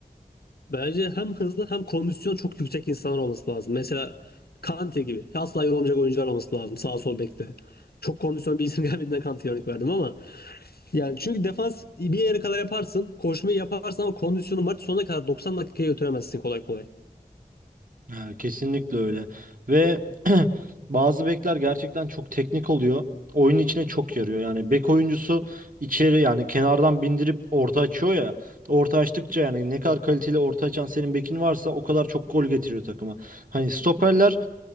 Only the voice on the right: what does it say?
Ha, kesinlikle öyle. Ve <clears throat> bazı bekler gerçekten çok teknik oluyor. Oyunun içine çok yarıyor. Yani bek oyuncusu içeri yani kenardan bindirip orta açıyor ya. Orta açtıkça yani ne kadar kaliteli orta açan senin bekin varsa o kadar çok gol getiriyor takıma. Hani stoperler